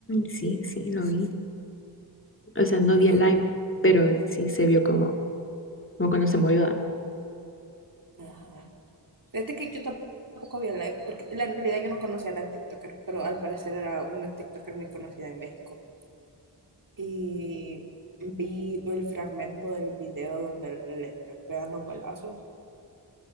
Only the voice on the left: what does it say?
sí, sí, lo vi. O sea, no
vi
el live, pero sí se vio como, como cuando se movió.